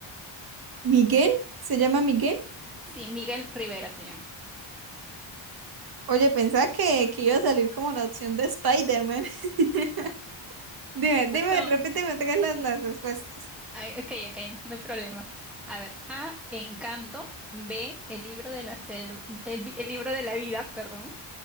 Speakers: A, on the right (about 50°); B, in the centre.
A: ¿Miguel? ¿Se llama Miguel?
B: Sí, Miguel Rivera se llama.
A: Oye, pensaba que, que iba a salir como la opción de Spider-Man. <laughs> Dime, dime,
B: <laughs> No.
A: repíteme otra vez las, las respuestas.
B: Ay, ok, ok, no hay problema. A ver, A, Encanto, B, El libro de la selva, el, vi- el libro de la vida, perdón,